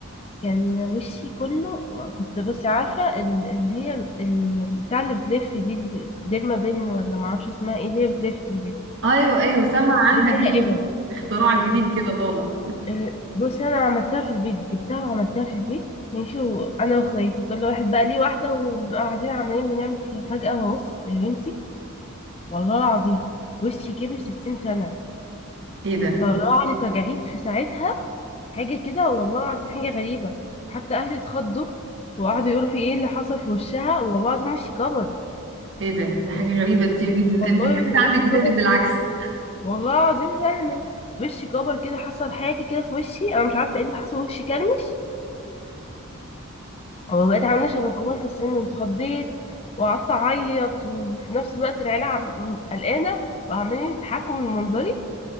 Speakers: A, on the left; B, on the right.
A: كان وشي كله كنت بصي عارفة ال- اللي هي ال- بتاع اللي بتلف دي اللي ديرما بن ولا معرفش اسمها ايه اللي هي بتلف دي
B: ايوه ايوه سمع عنها
A: اللي فيها
B: دي
A: ابر
B: اختراع جديد كده طالع
A: آه، بصي انا عملتها في البيت جبتها وعملتها في البيت ماشي وانا واخواتي كل واحد بقى ليه واحدة وقاعدين عمالين بنعمل فيها فجأة بص يا بنتي والله العظيم وشي كبر ستين سنة
B: ايه ده
A: طلع لي تجاعيد في ساعتها حاجة كده والله العظيم حاجة غريبة حتى أهلي اتخضوا وقعدوا يقولوا في ايه اللي حصل في وشها والله العظيم وشي كبر
B: ايه ده ده حاجه غريبه انت انت انت
A: والله
B: الحاجات
A: وش-
B: عندك
A: وشي
B: بتقلب
A: كبر
B: بالعكس
A: والله العظيم فعلا وشي كبر كده حصل حاجة كده في وشي أنا مش عارفة ايه اللي حصل وشي كرمش وبقيت عاملة شبه الكبار في السن واتخضيت وقعدت أعيط وفي نفس الوقت العيلة عم- م- قلقانة وعمالين يضحكوا من منظري